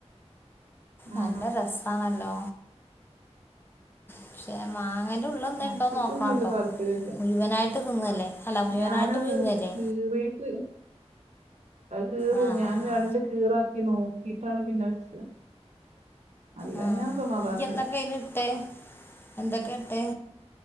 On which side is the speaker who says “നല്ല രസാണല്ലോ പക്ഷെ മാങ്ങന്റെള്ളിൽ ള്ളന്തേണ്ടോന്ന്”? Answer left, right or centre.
Left